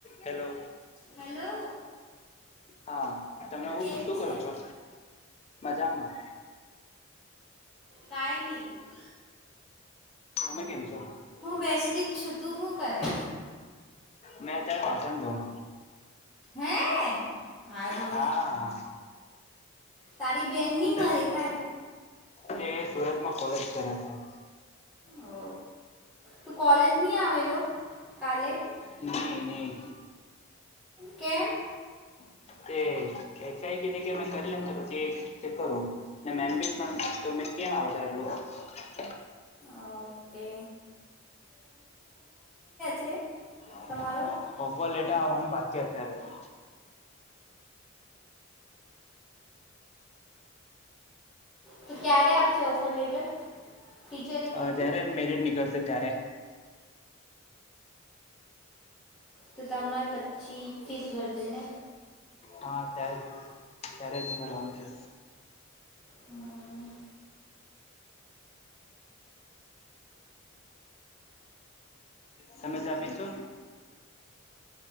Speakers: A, on the left; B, in the centre.
A: Hello
B: hello
A: હા તમે હું
B: કેમ
A: શું કરો
B: છે?
A: છો? મજામાં.
B: કાઈ નહી
A: તમે કેમ છો?
B: હું બેસેલી જ છું તું હુ કરે?
A: મેં અત્યારે વાસન ધોઉં
B: હે હારું
A: હા.
B: તારી બેન ની
A: અત્યારે
B: મલી કાળ.
A: તે સુરતમાં કોલેજ કર્યા હતાજ.
B: ઓ તું કોલેજ ની આવેલો કાલે
A: નહીં, નહીં.
B: કેમ?
A: <unintelligible>
B: ઓ કે છે
A: હા.
B: તમારો?
A: ઓફર લેટર આવવાનું બાકી અત્યારે તો.
B: તો ક્યારે આપશે ઓફર લેટર? ટીચરે કીધું?
A: અહ જયારે મેરિટ નીકળશે ત્યારે.
B: તો તમણાં પછી ફીસ ભરજે ને.
A: હા ત્યારે ત્યારે જ ભરવાનું છે.
B: હમ્મ.
A: તમે ચા પીશો